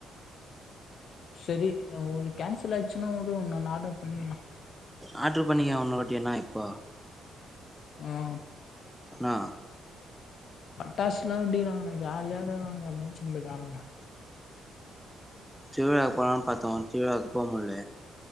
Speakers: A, on the left; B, in the centre.
A: செரி உடு கேன்சல் ஆய்ச்சுனா உடு உன்னோன்னு ஆர்டர் பண்ணிக்குலா
B: ஆர்ட்ரு பண்ணிக்க உன்னுருவாட்டி வேணா இப்போ
A: ம்
B: ஆ
A: பட்டாசுலா வெடிக்குறாங்க ஜாலியாதா வருவாங்க அப்டின் சொல்லுறாங்க
B: திருவிழாக்கு போலான் பாத்தோ திருவிழாக்கு போமுல்ல